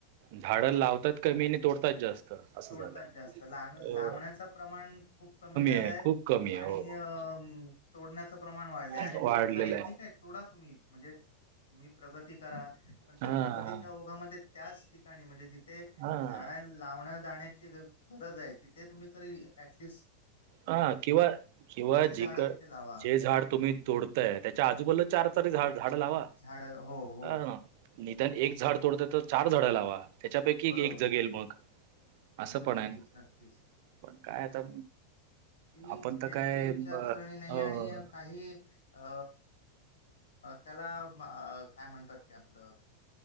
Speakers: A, on the right; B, on the left.
A: झाडं लावतात कमी आणि तोडतात जास्त. असं
B: तोडतात
A: झालंय.
B: जास्त ला
A: अ
B: लावण्याच प्रमाण खूप कमी झालंय
A: आहे खूप कमी
B: आणि
A: आहे
B: हम तोडण्याचं प्रमाण वाढलंय आणि
A: हो वाढलेलं
B: जरी ठीक आहे तोडा तुम्ही म्हणजे तुम्ही प्रगती करा. पण त्या
A: हा
B: प्रगतीच्या ओघामध्ये त्याच ठिकाणी म्हणजे जिथे
A: हा
B: झाडां लावण्या जाण्याची गरज आहे तिथे तुम्ही तरी ॲट लिस्ट
A: हा किंवा किंवा
B: झाडं
A: जिक
B: तिथे लावा
A: जे झाड तुम्ही तोडताय त्याच्या आजूबाजूला चार तरी झाडं लावा.
B: झाड हो हो
A: ह निधान एक झाड तोडत तर चार झाड लावा त्याच्यापैकी
B: बरोबर
A: एक जगेल मग असं पण
B: नक्कीच
A: आहे ना.
B: नक्कीच
A: पण काय आता
B: ती
A: आपण तर
B: त्याची
A: काय
B: विचारसरणी
A: ब
B: नाही
A: हो.
B: आणि काही अ त्याला काय म्हणतात ते आपलं